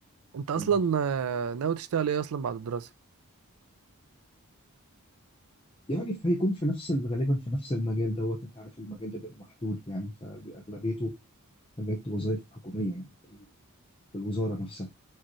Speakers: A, on the right; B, on the left.
A: انت اصلا
B: مم.
A: آه، ناوي تشتغل ايه اصلا بعد الدراسه
B: يعني فهيكون في نفس ال- غالبا في نفس المجال دوت انت عارف المجال ده بيبقى محدود يعني فاغلبيته حاجات وظائف حكوميه يعني في الوزاره نفسها